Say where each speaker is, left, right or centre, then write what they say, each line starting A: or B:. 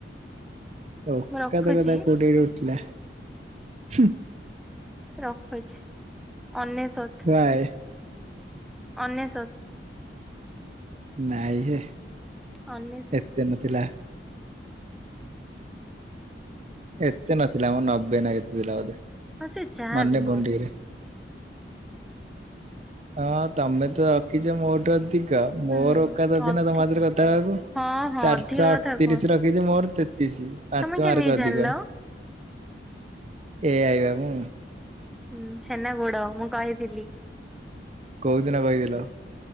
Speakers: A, on the right; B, in the centre.
A: ଓକାତ
B: ମୁଁ ରଖୁଛି
A: କଥା କୋଉଠି ଉଠିଲା ହୁଁ
B: ରଖୁଛି ଅନେଶତ।
A: କାଇଁ।
B: ଅନେଶତ।
A: ନାଇଁ ହେ
B: ଅନେଶତ
A: ଏତେ ନଥିଲା। ଏତେ ନଥିଲା ମ ନବେ ନା କେତେ ଥିଲା ବୋଧେ।
B: ହଁ ସେ ଯାହା
A: ମନେ
B: ବି
A: ପଡୁନି
B: ହଉ।
A: ଠିକ୍ ରେ। ହଁ ତମେ ତ ରଖିଛ ମୋଠୁ ଅଧିକ।
B: ହୁଁ
A: ମୋର ଓକାତ ଅଛିନା
B: ଅଧେ
A: ତମସହ କଥା ହେବାକୁ
B: ହଁ ହଁ
A: ଚାରିଶହ
B: ଅଧିକା କଥା
A: ଅଠତିରିଶ
B: କୁହ
A: ର ଅଠତିରିଶ ମୋର ତେତିଶ ପାଞ୍ଚ
B: ତମେ କେମିତି
A: ମାର୍କ
B: ଜାଣିଲ?
A: ଅଧିକ। ଏ ଆଇବା ମୁଁ।
B: ହୁଁ ଛେନାଗୁଡ ମୁଁ କହିଥିଲି।
A: କୋଉଦିନ କହିଥିଲ?